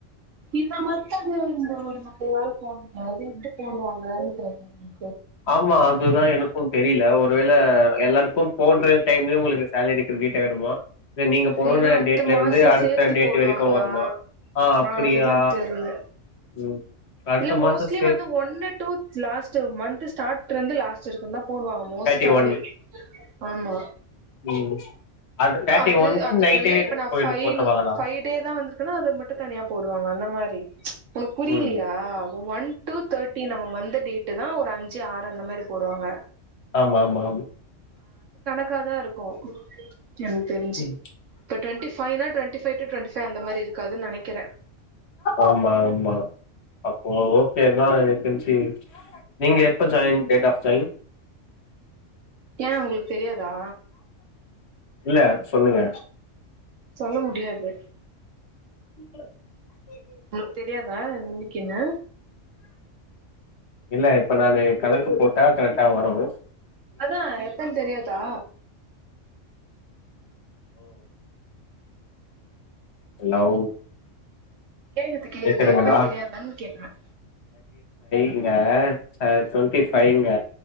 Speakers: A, on the right; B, on the left.
A: இந்த மன்த்தா இந்த ஒரு மழையால போனீங்க இது எப்டி போடுவாங்கனு தெர்லங்
B: ஆமா அதுதா எனக்கூ தெரில ஒருவேள எல்லார்க்கும் போடுற டைம்லயே உங்களுக்கு சேலரி கிரிடிட் ஆய்டுமா இல்ல நீங்க போன
A: இல்லன்னா அத்த
B: டேட்லருந்து
A: மாசோ
B: அடுத்த
A: சேத்து
B: டேட்
A: போடுவாங்களா
B: வெரைக்கூ வருமா ஆ அப்டியா
A: அதுதா தெர்ல
B: ம் அடுத்த
A: இல்ல மோஸ்லி
B: மாச சேத்து
A: வந்து ஒன்னு டூ லாஸ்ட் மந்த் ஸ்டாட் லந்து லாஸ்ட் சிர்க்கு தா போடுவாங்க மோஸ்டாவே
B: தேர்ட்டி ஒன்
A: ஆமா
B: ம் தேர்ட்டி
A: அது
B: ஒன்க்கு
A: அதுக்குள்ள
B: நைட்டே
A: இப்ப நா
B: போயிட்டு
A: ஃபன்
B: போட்ருவாங்களா
A: ஃபய் டே தா வந்துர்கனா அது மட்டு தனியா போடுவாங்க அந்த மாரி உனுக் புரிலியா
B: ம்
A: ஆ ஒன் டூ தேட்டி நம்ம வந்த டேட் தா ஒரு அஞ்சு ஆறு அந்த மாறி போடுவாங்க
B: ஆமா ஆமா ஆமா
A: க்காதா இருக்கு எனக் தெரிஞ்சு
B: ம்.
A: இப்ப டொன்டிஃபைவ் னா டொன்டி ஃபைவ் டூ டொன்டிசவன் இந்த மாறி இருக்காதுனு நெனைக்குறே
B: ஆமா ஆமா அப்போ ஓகே தா எனக் தெர்ஞ்சி <inaudible> நீங்க எப்ப ஜாய்ன் டேட் ஆஃப் ஜாய்ன்
A: ஏன் உங்களுக்கு தெரியாதா
B: இல்ல சொல்லுங்க
A: சொல்ல முடியாது
B: <inaudible>
A: உக்கு தெரியாதா என்னைக்குன்னு
B: இல்ல இப்ப நானு கணக்கு போட்டா கரெக்டா வரும்
A: அதான் எப்பன்னு தெரியாதா
B: ஓ லவ்
A: கேக்குது கேக்குது
B: கேக்குதுங்களா
A: எப்பன்னு தெரியாதுன்னா கேட்டன்
B: இங்க டவெண்ட்டி பஃபைவ்ங்க